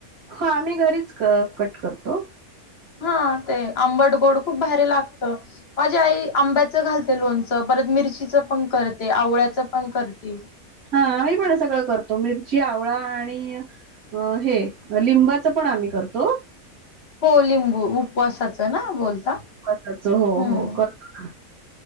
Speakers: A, on the right (about 75°); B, on the left (about 50°).
A: हा आम्ही घरीच कट करतो्
B: हा ते आंबट गोड खूप भारी लागत माझी आई आंब्याचं घालते लोणच च परत मिरचीच पण करते आवळ्याच पण करते
A: हा आम्ही पण सगळं करतो मिरची आवळा आणि हे लिंबाच पण पण आम्ही करतो
B: हो लिंबू उपवासाचं ना बोलता
A: कसाच हो
B: हम्म
A: हो करतो ना